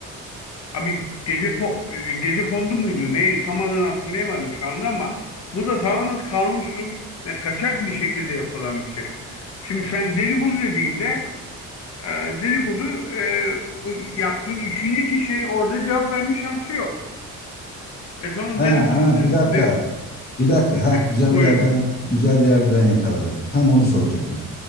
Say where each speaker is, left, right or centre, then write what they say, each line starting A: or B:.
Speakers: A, on the left; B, on the left.
A: Abi gece ko e, gece kondu muydu? Neydi? Tam adını hatırlayamadım şu anda ama bu da tamamen kanunsuz ve kaçak bir şekilde yapılan bir şey. Şimdi sen dedikodu dediğinde e, dedikodu e, u- yaptığın üçüncü kişi orada cevap verme şansı yok. E sonra
B: Ha
A: dedikodu
B: ha bir dakika.
A: de,
B: Bir dakika.
A: e,
B: Ha güzel
A: buyur.
B: yerden güzel yerden yakaladın. Tam onu soracaktım.